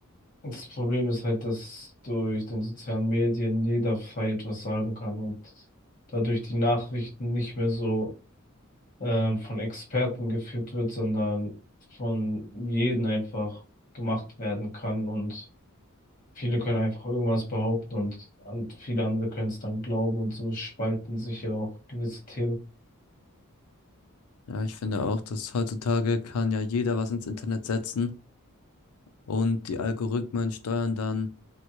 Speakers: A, on the left; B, on the left.
A: das Problem ist halt, dass durch den sozialen Medien jeder frei etwas sagen kann und dadurch die Nachrichten nicht mehr so ähm, von Experten geführt wird, sondern von jedem einfach gemacht werden kann und viele können einfach irgendwas behaupten und an- viele andere können es dann glauben und so spalten sich ja auch gewisse Themen.
B: Ja, ich finde auch, dass heutzutage kann ja jeder was ins Internet setzen und die Algorithmen steuern dann